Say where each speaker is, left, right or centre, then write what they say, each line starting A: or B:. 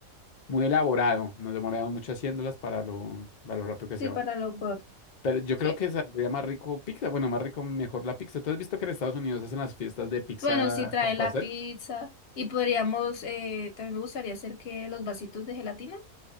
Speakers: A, on the left; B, on the left.
A: muy elaborado. Nos demoramos mucho haciéndolas para lo, para lo rápido que se
B: sí,
A: va.
B: para lo corto.
A: Pero yo
B: Sí,
A: creo que saldría más rico pizza. Bueno, más rico, mejor la pizza. ¿Tú has visto que en Estados Unidos hacen las fiestas de pizza
B: bueno, sí trae
A: con pastel?
B: la pizza y podríamos, eh, también me gustaría hacer que los vasitos de gelatina.